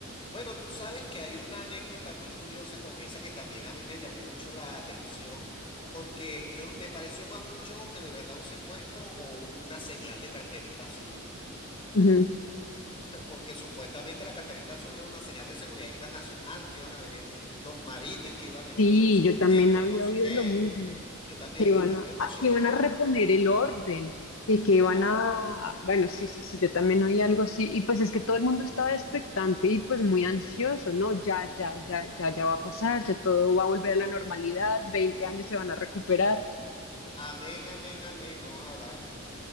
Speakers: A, on the left; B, on the left.
A: Bueno, tú sabes que hay una anécdota muy curiosa con esa que también a mí me llamó mucho la atención, porque yo me pareció más un show que de verdad un secuestro o una señal de carterita azul.
B: Ujú.
A: porque supuestamente la carterita azul es una señal de seguridad internacional, que iban a venir los marines, que iba a venir
B: Sí,
A: yo no sé
B: yo también
A: quién, con
B: había
A: yo no sé
B: oído
A: qué.
B: lo mismo.
A: Yo también,
B: que iban
A: yo me había
B: a,
A: emocionado,
B: que iban a reponer el orden y que
A: claro.
B: iban a, bueno, sí, sí, sí, yo también oí algo así, y pues es que todo el mundo estaba expectante y pues muy ansioso, ¿no? Ya, ya, ya, ya, ya va a pasar, ya todo va a volver a la normalidad, 20 años se van a recuperar,
A: Amén, amén, amén, ojalá.